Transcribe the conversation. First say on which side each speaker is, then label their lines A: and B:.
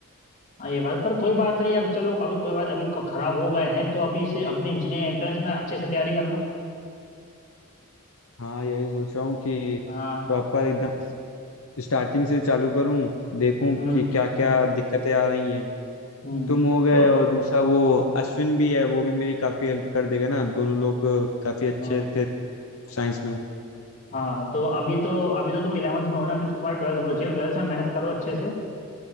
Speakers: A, on the left (about 35°); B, on the left (about 75°).
A: हाँ ये बात पर कोई बात नहीं अगर चलो अभी कोई बात अभी ख- खराब हो गए हैं तो अभी से अपने इंजीनियरिंग एंट्रेंस में अच्छे से तैयारी करना
B: हाँ यही सोच रहा हूँ कि
A: हाँ
B: प्रॉपर एकदम स्टार्टिंग से चालू करूं देखूं
A: हम्म
B: कि क्या क्या
A: हम्म
B: दिक्कतें आ रही हैं
A: हम्म
B: तुम हो गए
A: तो
B: और दूसरा वो अश्विन भी है वो भी मेरी काफ़ी हेल्प कर देगा ना दोनों लोग काफ़ी अच्छे
A: हाँ
B: थे साइंस में
A: हाँ तो अभी तो अभी तो तुम इलेवंथ में हो ना अभी तो तुम्हारी ट्वेल्थ बची है ट्वेल्थ में मेहनत करो अच्छे से